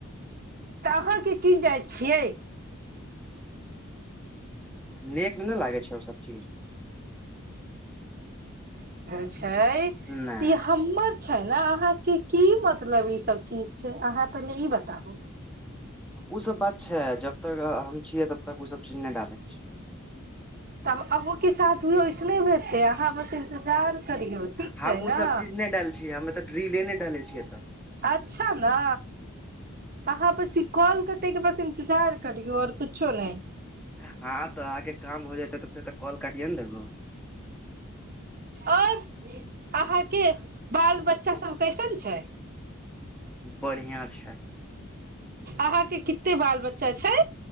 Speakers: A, on the right (about 45°); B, in the centre.
A: तऽ अहाँके की जाइ छियै
B: नीकमे नहि लागै छै ओसभ चीज
A: त
B: नहि
A: हमर छै ने अहाँके की मतलब ई सब चीज छै अहाँ पहिनेे ई बताबु
B: ओसभ बात छै जब तक हम छियै तब तक ओसभ चीज नहि डालैके छै
A: तब अके सााद भी ओैस नहि हेतै अहाँ बस इन्तजार करियौ ठीक छै
B: हम ओ
A: ने
B: सब चीज नहि डाल छियै हमे तऽ ्रिले नहि डाले छ तऽ
A: अच्छा ने अहाँ बस कॉल करतेके बस इन्तजार करियौ आओर कुछो नहि
B: हँ तऽ अहाँके काम हो जेतै तऽ फेर तऽ कॉल काटिए ने देबौ
A: आओर अहाँके बाल बच्चा सब कैसन छै
B: बढ़िआँ छै
A: अहाँके कते बाल बच्चा छै